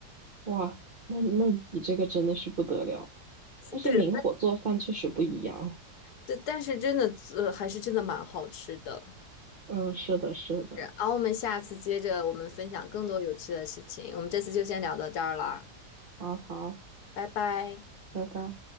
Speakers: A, on the right; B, on the left.
A: 哇，那那你这个真的是不得了，但是明火做饭确实不一样。
B: 对，但但是真的，呃，还是真的蛮好吃的。
A: 嗯，是的，是的，
B: 是，然后我们下次接着我们分享更多有趣的事情，我们这次就先聊到这儿了。
A: 好好，
B: 拜拜。
A: 拜拜。